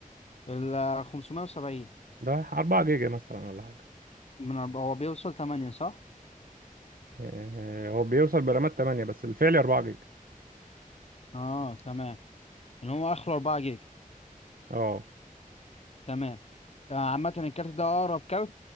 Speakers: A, on the left; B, on the right.
A: ال 570
B: ده 4 جيجا مثلا ولا حاجه
A: من أربعة- هو بيوصل 8 صح
B: آه، هو بيوصل برامات 8 بس الفعلي 4 جيجا
A: اه تمام اللي هو اخره 4 جيجا
B: اه
A: تمام آه، عامة الكارت ده اقرب كارت